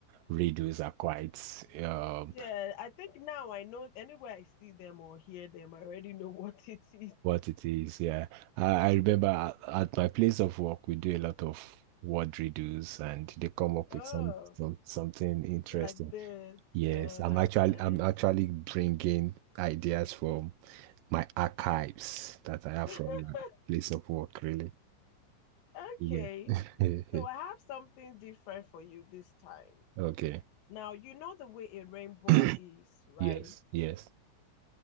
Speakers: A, on the right (about 85°); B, on the left (about 85°).
A: radios are quite um
B: Yeah, I think now I know anywhere I see them or hear them, I already know <laughs> what it is.
A: what it is. Yeah, I, I remember at, at my place of work we do a lot of word radios, and they come up
B: Oh.
A: with some some something interesting.
B: like this.
A: Yes,
B: Oh,
A: I'm
B: that's
A: actually
B: nice.
A: I'm actually bringing ideas from my archives that I have
B: <laughs>
A: from my place of work, really.
B: Okay.
A: Yeah. <laughs>
B: So I have something different for you this time.
A: Okay.
B: Now, you know the way a rainbow
A: <clears throat>
B: is, right?
A: Yes, yes.